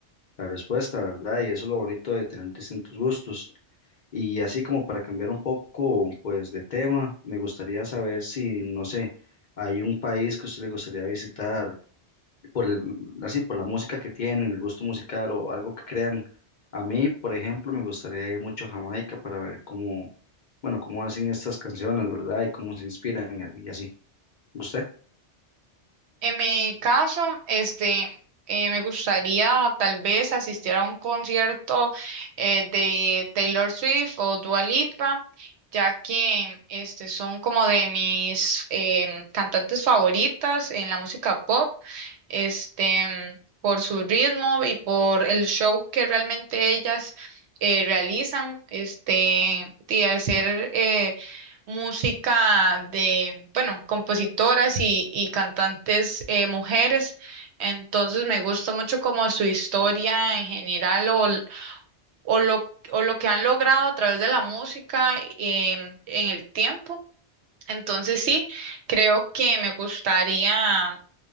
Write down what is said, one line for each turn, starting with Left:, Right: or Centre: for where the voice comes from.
Left: la respuesta, ¿verdad? Y eso es lo bonito de tener distintos gustos. Y así como para cambiar un poco, pues, de tema, me gustaría saber si, no sé, hay un país que a usted le gustaría visitar por el, así, por la música que tienen, el gusto musical o algo que crean. A mí, por ejemplo, me gustaría ir mucho a Jamaica para ver cómo, bueno, cómo hacen estas canciones, ¿verdad? Y cómo se inspiran y y así. ¿Usted?
Right: En mi caso, este, eh, me gustaría tal vez asistir a un concierto eh, de Taylor Swift o Dua Lipa. ya que este, son como de mis em, cantantes favoritas en la música pop. este, por su ritmo y por el show que realmente ellas eh, realizan, este, y al ser eh, música de, bueno, compositoras y, y cantantes eh, mujeres, entonces me gusta mucho como su historia en general o, l- o lo, o lo que han logrado a través de la música em, en el tiempo. Entonces sí, creo que me gustaría